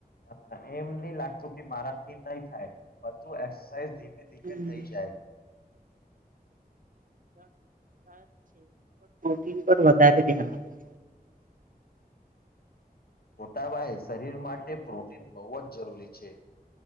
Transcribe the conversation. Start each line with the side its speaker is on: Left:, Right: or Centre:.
Left: અહ એમ નહી લાગતું કે મારાથી નહી થાય. બધુ એક્સરસાઇઝ ધીમે ધીમે
Right: હમ.
Left: થઈ જાય.
Right: જીમ પર વધ ધ્યાન આપુ
Left: મોતા ભાઈ, શરીર માટે પ્રોટીન બહુ જ જરૂરી છે.